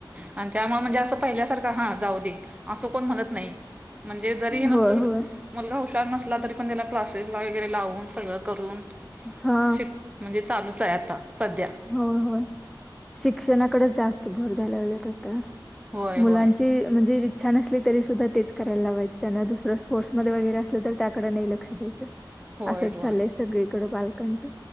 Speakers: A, on the right; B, in the centre.
A: आणि त्यामुळे म्हणजे असं पहिल्यासारखं हा जाऊ दे असं कोण म्हणत नाही म्हणजे जरी हे
B: होय
A: नसलं
B: होय
A: मुलगा हुशार नसला तरी पण त्याला क्लासेस ला वगैरे लावून सगळं करून
B: हा
A: शिक म्हणजे चालूच आहे आता सध्या
B: हो होय शिक्षणाकडेच जास्त भर झाल्यावल्यात आता
A: होय
B: मुलांची
A: होय
B: म्हणजे छान असली तरी सुद्धा तेच करायला लावायचें त्यांना दुसरं स्पोर्ट्मध्ये वगैरे असलं तर त्याकडें नाही लक्ष द्यायचं
A: होय
B: असंच
A: होय
B: चाललंय सगळीकड बालकांचं